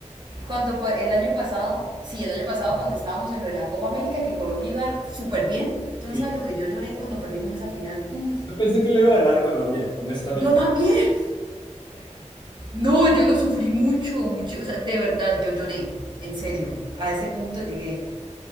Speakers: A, on the right; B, on the left.
A: cuando pa- el año pasado, sí, el año pasado cuando estábamos en lo de la Copa América, que Colombia iba súper bien, tú no
B: Sí.
A: sabes lo que yo lloré cuando perdimos esa final. Uy,
B: Yo pensé que le iba a ganar Colombia, honestamente.
A: yo también. No, yo lo sufrí mucho, mucho, o sea, de verdad, yo lloré, en serio, a ese punto llegué.